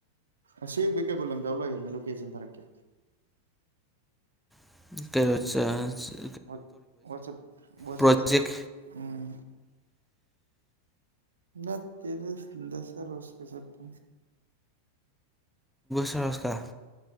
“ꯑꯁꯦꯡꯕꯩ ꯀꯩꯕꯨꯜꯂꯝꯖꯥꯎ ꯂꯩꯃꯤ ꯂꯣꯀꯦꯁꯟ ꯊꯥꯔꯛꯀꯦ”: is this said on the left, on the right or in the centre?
Right